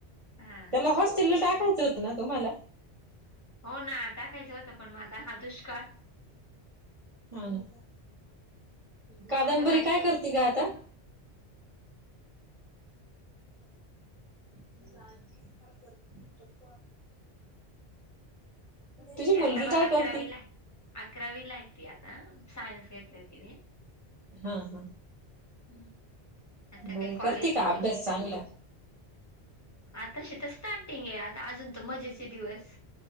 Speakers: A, on the left; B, on the right.
A: हा
B: त्याला हॉस्टेलला टाकायचं होत ना तुम्हाला
A: हो ना टाकायचं होतं पण मला तर हा दुष्काळ
B: हो ना. कादंबरी
A: सगळं
B: काय करते ग आता? <unintelligible> तुझी
A: ती
B: मुलगी
A: आता
B: काय
A: अकरावीला
B: करते
A: हाय. अकरावी ला हाय ती आता. सायन्स घेतलय तिने
B: हा हा.
A: हम्म आता
B: बरे
A: काय कॉलेज
B: करते
A: बिलेज.
B: का अभ्यास चांगला
A: आताशी तर स्टार्टिंग आहे आता अजून मजे दिवस